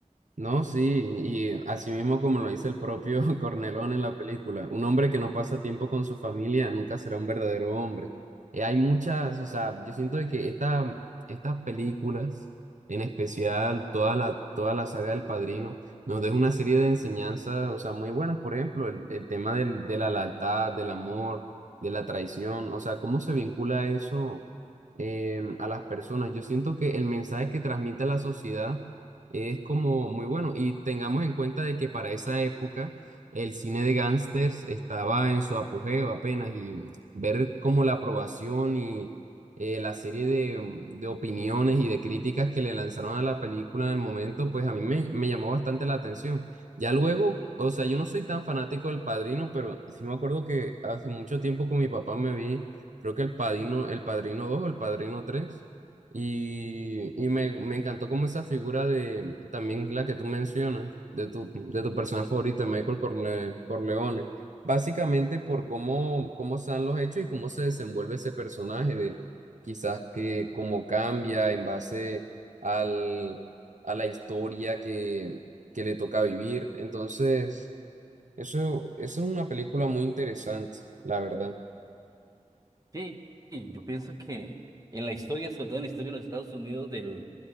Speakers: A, on the right (about 70°); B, on the right (about 25°).
A: No, sí, y así mismo como lo dice el propio <laughs> Cornelón en la película, un hombre que no pasa tiempo con su familia nunca será un verdadero hombre. Eh, hay muchas, o sea, yo siento de que esta, estas películas, en especial toda la, toda la saga del Padrino, nos deja una serie de enseñanzas, o sea, muy buenas, por ejemplo, el, el tema del, de la lealtad, del amor, de la traición, o sea, cómo se vincula eso em, a las personas. Yo siento que el mensaje que transmite la sociedad es como muy bueno. Y tengamos en cuenta de que para esa época el cine de gángsters estaba en su apogeo apenas y ver como la aprobación y eh, la serie de, mm, de opiniones y de críticas que le lanzaron a la película en el momento, pues a mí me, me llamó bastante la atención. Ya luego, o sea, yo no soy tan fanático del Padrino, pero sí me acuerdo que hace mucho tiempo con mi papá me vi, creo que el Padrino, el Padrino dos o el Padrino tres y, y me, me encantó como esa figura de, también la que tú mencionas, de tu, de tu personaje favorito, Michael Corle- Corleone, básicamente por cómo, cómo se dan los hechos y cómo se desenvuelve ese personaje, de quizás que cómo cambia en base al, a la historia que, que le toca vivir. Entonces, eso, eso es una película muy interesante, la verdad.
B: Sí, sí, yo pienso que en la historia, sobre todo en la historia de los Estados Unidos del,